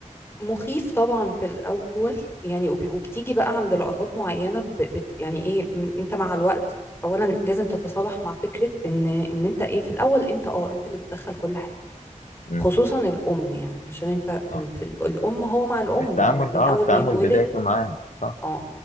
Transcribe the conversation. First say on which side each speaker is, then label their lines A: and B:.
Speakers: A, on the left (about 20°); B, on the left (about 65°).
A: مخيف طبعا في الاول يعني وب- وبتيجي بقى عند لقطات معينة ب- بت يعني ايه م- انت مع الوقت اولا لازم تتصالح مع فكرة ان ان انت ايه في الاول انت اه انت اللي بتدخل كل حاجة
B: امم
A: خصوصا الأم يعني عشان انت في,
B: صح
A: ال... في ال... الأم هو مع الأم
B: التعامل
A: من
B: اه
A: أول
B: التعامل
A: ما يتولد
B: بدايته معاه صح
A: اه